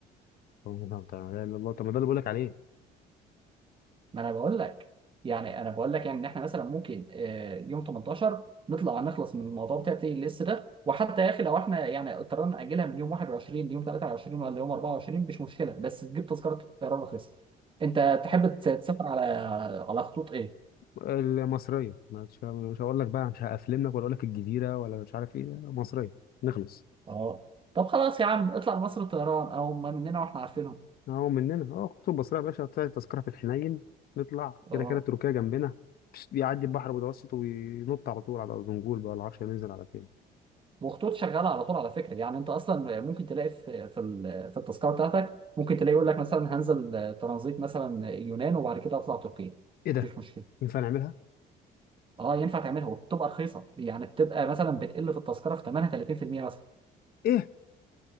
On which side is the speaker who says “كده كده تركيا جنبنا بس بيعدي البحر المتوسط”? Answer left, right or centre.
Left